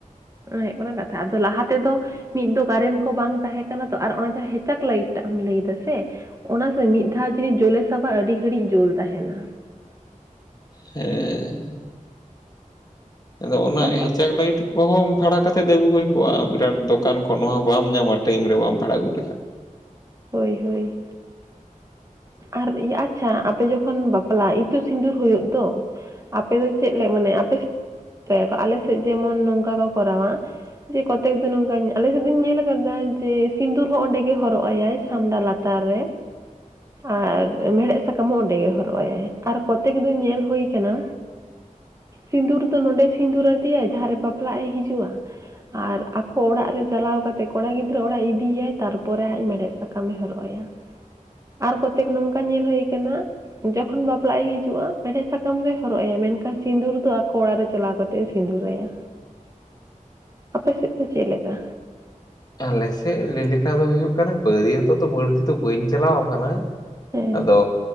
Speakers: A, on the right; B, on the left.
A: ᱚᱱᱟ ᱦᱳᱭᱳᱜ ᱠᱟᱱᱟ ᱠᱟᱛᱷᱟ, ᱟᱫᱚ ᱞᱟᱦᱟ ᱛᱮᱫᱚ ᱢᱤᱫ ᱫᱚ ᱠᱟᱨᱮᱱ ᱠᱚ ᱵᱟᱝ ᱛᱟᱦᱮᱸ ᱠᱟᱱᱟ ᱛᱚ, ᱟᱨ ᱚᱱᱟ ᱡᱟᱦᱟᱸ ᱦᱮᱪᱟᱠ ᱞᱟᱭᱤᱴ ᱴᱟᱜ ᱮᱢ ᱞᱮᱭ ᱫᱟᱥᱮ ᱚᱱᱟ ᱥᱮ ᱢᱤᱫ ᱫᱷᱟᱣ ᱡᱩᱫᱤ ᱡᱳᱞᱮ ᱥᱟᱵᱟ, ᱟᱹᱰᱤ ᱜᱷᱟᱹᱲᱤᱡ ᱡᱳᱞ ᱛᱟᱦᱮᱱᱟ᱾
B: ᱦᱮᱸ, ᱟᱫᱚ ᱚᱱᱟ
A: ᱟᱪᱪᱷᱟ
B: ᱦᱮᱪᱟᱠ ᱞᱟᱭᱤᱴ ᱠᱚᱦᱚᱸᱢ ᱵᱷᱟᱲᱟ ᱠᱟᱛᱮᱫ ᱟᱹᱜᱩ ᱦᱩᱭ ᱠᱚᱜᱼᱟ, ᱵᱤᱨᱟᱴ ᱫᱚᱠᱟᱱ ᱠᱷᱚᱱ ᱱᱚᱣᱟ ᱵᱟᱢ ᱧᱟᱢᱟ, ᱴᱟᱭᱤᱢ ᱨᱮ ᱵᱟᱢ ᱵᱷᱟᱲᱟ ᱟᱹᱜᱩ ᱞᱮᱠᱷᱟᱱ᱾
A: ᱦᱳᱭ, ᱦᱳᱭ᱾ ᱟᱨ ᱤᱭᱟᱹ ᱟᱪᱪᱷᱟ ᱟᱯᱮ ᱡᱚᱠᱷᱚᱱ, ᱵᱟᱯᱞᱟ ᱤᱛᱩᱜ ᱥᱤᱸᱫᱩᱨ ᱦᱳᱭᱳᱜ ᱫᱚ᱾ ᱟᱯᱮ ᱫᱚ ᱪᱮᱜ ᱞᱮ, ᱢᱟᱱᱮ ᱟᱯᱮ ᱥᱮᱜ ᱪᱮᱜᱠᱟᱭᱟᱠᱚ, ᱟᱞᱮ ᱥᱮᱜ ᱡᱮᱢᱚᱱ ᱱᱚᱝᱠᱟ ᱠᱚ ᱠᱚᱨᱟᱣᱟ᱾ ᱡᱮ ᱠᱚᱛᱮᱠ ᱫᱚ ᱱᱚᱝᱠᱟᱧ, ᱟᱞᱮᱥᱮᱫ ᱫᱩᱧ ᱧᱮᱞ ᱠᱟᱫᱟ, ᱡᱮ ᱥᱤᱸᱫᱩᱨ ᱦᱚᱸ ᱚᱸᱰᱮ ᱜᱮ ᱦᱚᱨᱚᱜ ᱟᱭᱟᱭ᱾ ᱪᱷᱟᱢᱰᱟ ᱞᱟᱛᱟᱨ ᱨᱮ᱾ ᱟᱨ ᱢᱮᱲᱦᱮᱜ ᱥᱟᱠᱟᱢ ᱦᱚᱸ ᱚᱸᱰᱮ ᱜᱮ ᱦᱚᱨᱚᱜ ᱟᱭᱟᱭ, ᱟᱨ ᱠᱚᱛᱮᱠ ᱫᱚ ᱧᱮᱞ ᱦᱳᱭ ᱠᱟᱱᱟ᱾
B: <inaudible> <inaudible>
A: ᱥᱤᱸᱫᱩᱨ ᱫᱚ ᱱᱚᱰᱮ ᱥᱤᱸᱫᱩᱨ ᱟᱫᱮᱭᱟ, ᱡᱟᱦᱟᱸᱨᱮ ᱵᱟᱯᱞᱟᱜ ᱮ ᱦᱤᱡᱩᱜᱼᱟ᱾ ᱟᱨ ᱟᱠᱚ ᱚᱲᱟᱜ ᱨᱮ ᱪᱟᱞᱟᱣ ᱠᱟᱛᱮᱫ, ᱠᱚᱲᱟ ᱜᱤᱫᱽᱨᱟᱹ ᱚᱲᱟᱜ ᱤᱫᱤᱭᱟᱭ, ᱛᱟᱨᱯᱚᱨᱮ ᱟᱡ ᱢᱮᱲᱦᱮᱫ ᱥᱟᱠᱟ ᱥᱟᱠᱟᱢ ᱮ ᱦᱚᱨᱚᱜ ᱟᱭᱟ, ᱟᱨ ᱠᱚᱛᱮᱠ ᱱᱚᱝᱠᱟ ᱧᱮᱞ ᱦᱳᱭ ᱠᱟᱱᱟ ᱡᱚᱠᱷᱚᱱ ᱵᱟᱯᱞᱟᱜ ᱮ ᱦᱤᱡᱩᱜᱼᱟ, ᱢᱮᱲᱦᱮᱫ ᱥᱟᱠᱟᱢ ᱫᱚᱭ ᱦᱚᱨᱚᱜᱭᱟ, ᱢᱮᱱᱠᱷᱟᱱ ᱥᱤᱸᱫᱩᱨ ᱫᱚ ᱟᱠᱚ ᱚᱲᱟᱜ ᱨᱮ ᱪᱟᱞᱟᱣ ᱠᱟᱛᱮ᱾ ᱛᱮ ᱥᱤᱸᱫᱩᱨ ᱟᱭᱟ᱾
B: <unintelligible> <inaudible>
A: ᱟᱯᱮ ᱥᱮᱫ ᱫᱚ ᱪᱮᱫ ᱞᱮᱠᱟ?
B: ᱟᱞᱮᱥᱮᱫ ᱞᱟᱹᱭ ᱞᱮᱠᱷᱟ ᱫᱚ ᱦᱳᱭᱳᱜ ᱠᱟᱱᱟ, ᱵᱟᱹᱨᱭᱚᱛᱚᱜ ᱫᱚ ᱵᱟᱹᱲᱛᱤ ᱫᱚ ᱵᱟᱹᱧ ᱪᱟᱞᱟᱣ ᱠᱟᱱᱟ᱾
A: ᱦᱮᱸ
B: ᱟᱫᱚ